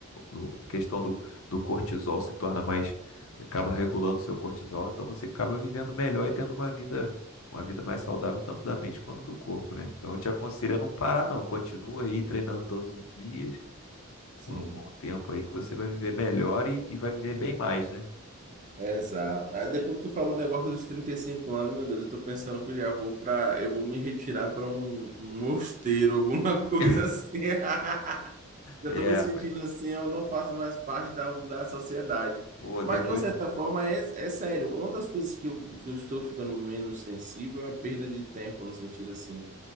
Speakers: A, on the left; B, on the right.
A: do- da questão do, do cortisol se torna mais, acaba regulando o seu cortisol, então você acaba vivendo melhor e tendo uma vida, uma vida mais saudável, tanto da mente quanto do corpo, né? Então eu te aconselho a não parar, não. Continua aí treinando todos os dias,
B: Sim,
A: por um bom tempo aí, que você vai viver melhor e, e vai viver bem mais, né?
B: exato. Ah, Depois que tu falou o negócio dos 35 anos, meu Deus, eu tô pensando que eu já vou para, eu vou me retirar para um, um mosteiro, alguma <laughs> coisa
A: <laughs>
B: assim. <laughs> Eu
A: É,
B: estou me sentindo
A: rapaz.
B: assim, eu não faço mais parte da, da sociedade.
A: Pô,
B: Mas,
A: depois.
B: de uma certa forma, é, é sério. Uma das coisas que eu, que eu estou ficando menos sensível é perda de tempo, no sentido assim,